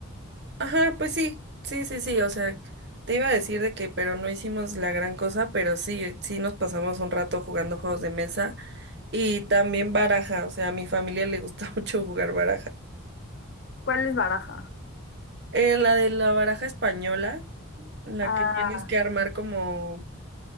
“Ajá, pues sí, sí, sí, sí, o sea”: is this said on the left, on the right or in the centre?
Right